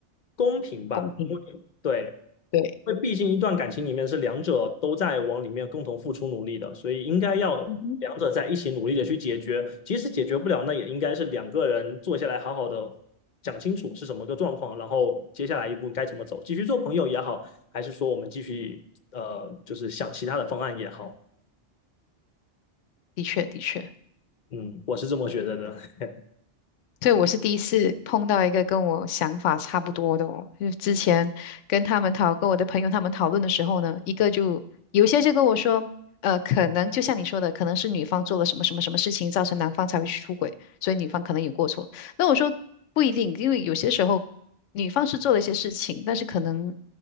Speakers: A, on the left; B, on the left.
A: 公平吧，
B: 公平。
A: 因为对。
B: 对。
A: 因为毕竟一段感情里面是两者都在往里面共同付出努力的，所以应该要两者在一起努力的去解决。
B: 嗯哼，
A: 即使解决不了，那也应该是两个人坐下来好好的讲清楚是什么个状况，然后接下来一步该怎么走，继续做朋友也好，还是说我们继续呃，就是想其他的方案也好。
B: 的确，的确。
A: 嗯，我是这么觉得的，是
B: 对，我是第一次碰到一个跟我想法差不多的哦。就是之前跟他们讨，跟我的朋友他们讨论的时候呢，一个就有些就跟我说，呃，可能就像你说的，可能是女方做了什么什么什么事情，造成男方才会去出轨，所以女方可能有过错。那我说不一定，因为有些时候女方是做了一些事情，但是可能